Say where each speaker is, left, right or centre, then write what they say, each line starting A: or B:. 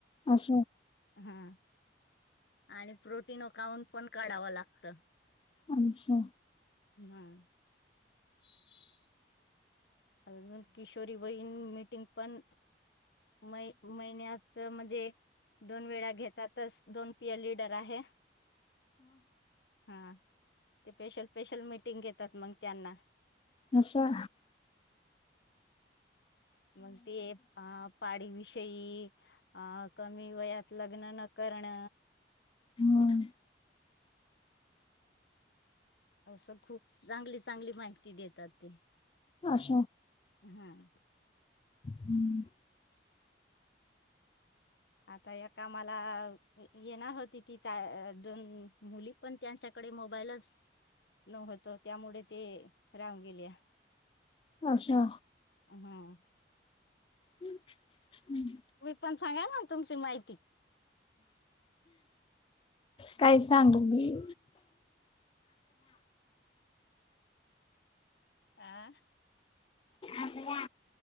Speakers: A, on the left (about 30°); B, on the left (about 70°).
A: अस.
B: हा आणि प्रोटीन उओकावून पण काढावं लागत.
A: अच्छा.
B: हम्म. अ मन किशोरी वइन मीटिंग पण मै महिन्यात मग <unintelligible> ते दोन वेळा घेतातच दोन पॅलेट आहे हा ते स्पेशल स्पेशल मिटिंग घेत त्यात मग त्यांना.
A: असा
B: मग ते अ पाडीविषयी अ कमी वयात लग्न न करण
A: हम्म.
B: असं खूप चांगली चांगली माहिती देतात ते.
A: आस.
B: हम्म.
A: हम्म.
B: आता या कामाला येणार होती ती काय दोन मुली पण त्यांच्याकडे मोबाईलच न्हतो त्यामुळे ते राहून गेलेया.
A: अच्छा.
B: हम्म.
A: हम् हम् <unintelligible>
B: तुम्ही पण सांगा ना तुमची माहिती?
A: काय सांगु मी
B: आह
A: आला